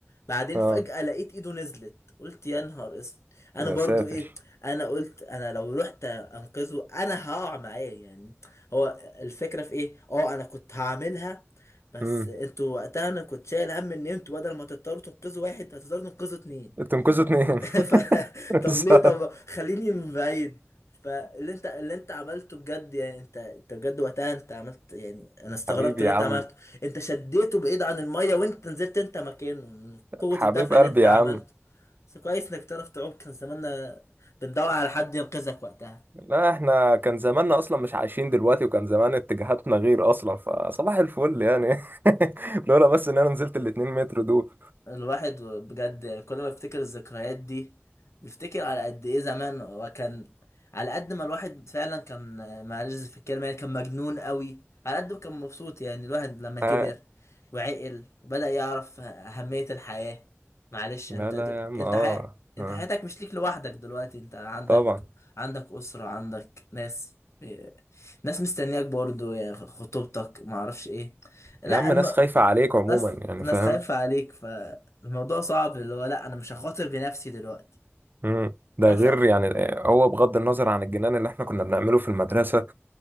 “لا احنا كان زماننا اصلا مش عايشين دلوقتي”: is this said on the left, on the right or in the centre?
Right